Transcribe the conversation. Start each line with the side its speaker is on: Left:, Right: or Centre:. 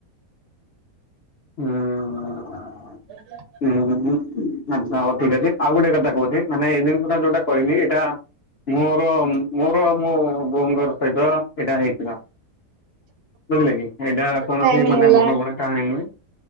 Left: ହୁଁ
Right: <inaudible>
Left: ହୁଁ ହୁଁ ହୁଁ ଆଚ୍ଛା ହଉ ଠିକ୍ ଅଛି। ଆଉ ଗୋଟେ କଥା କହୁଛି ମାନେ ଏଇ ଜିନିଷଟା ଯୋଉଟା କହିଲି ଏଇଟା ମୋର ମୋର ଆଉ ମୋ ବୋଉଙ୍କର ସହିତ ଏଇଟା ହେଇଥିଲା। ବୁଝିଲ କି, ଏଇଟା କୌଣସି
Right: ଟାଇମ
Left: ମାନେ
Right: ହେଇଗଲା
Left: ମନ ଗଣା କାହାଣୀ ନୁହେଁ।